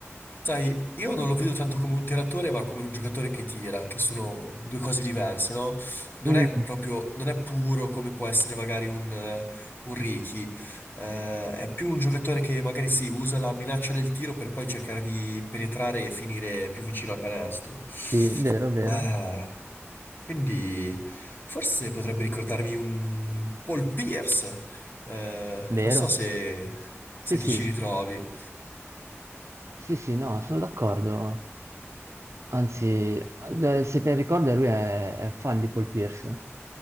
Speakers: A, on the left; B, on the right.
A: Sai, io non lo vedo tanto come un tiratore, ma come un giocatore che tira, che sono due cose diverse, no? Non
B: Mm,
A: è proprio, non è puro come può essere magari un, eh, un Ricky, Eh, è più un giocatore che magari sì, usa la minaccia del tiro per poi cercare di penetrare e finire più vicino a canestro.
B: sì, vero, vero,
A: Ah, quindi forse potrebbe ricordarmi un Paul Pierce, Eh,
B: vero.
A: non so se
B: Sì,
A: se
B: sì,
A: ti ci ritrovi.
B: sì, sì, no, sono d'accordo. Anzi, eh, se ben ricordo, lui è, è fan di Paul Pierce.